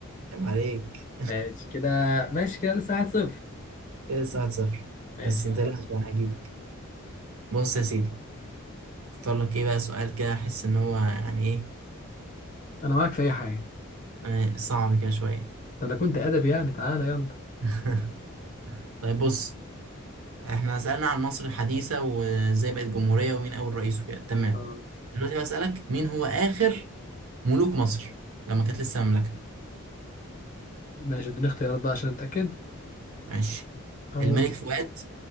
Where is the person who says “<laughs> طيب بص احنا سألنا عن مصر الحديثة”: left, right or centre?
Right